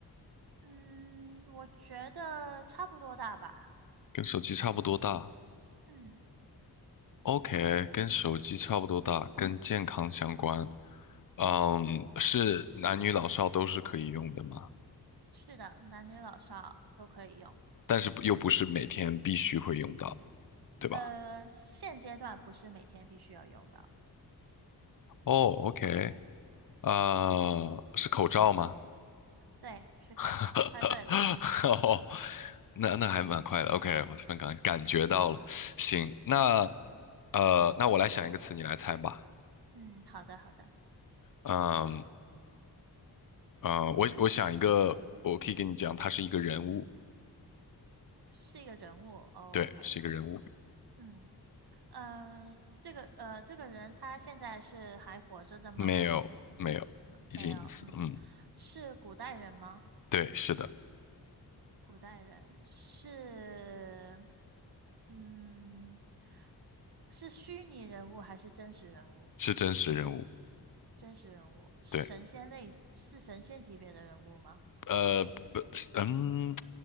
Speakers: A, on the right; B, on the left.
A: 嗯，我觉得差不多大吧。
B: 跟手机差不多大。
A: 嗯，
B: OK，跟手机差不多大，跟健康相关。嗯，是男女老少都是可以用的吗？
A: 是的，男女老少都可以用。
B: 但是不又不是每天必须会用到，对吧？
A: 呃，现阶段不是每天必须要用到。
B: 哦，OK，呃，是口罩吗？
A: 对，是口罩，
B: <laughs>
A: 猜对了。
B: 哦，那那还蛮快的。OK，我突然感感觉到了。行，那呃，那我来想一个词，你来猜吧。
A: 嗯，好的，好的，
B: 嗯呃，我我想一个，我可以跟你讲，他是一个人物，
A: 是一个人物。哦
B: 对，
A: OK，
B: 是一个人物，
A: 嗯嗯，呃这个呃，这个人他现在是还活着的吗？
B: 没有没有，
A: 没没有，
B: 已经隐私了，
A: 嗯，
B: 嗯，
A: 是古代人吗？
B: 对，是的，
A: 古代人是，嗯，是虚拟人物还是真实人物？
B: 是真实人物，
A: 真实人物是神仙类，
B: 对，
A: 是神仙级别的人物吗
B: 呃，不，嗯，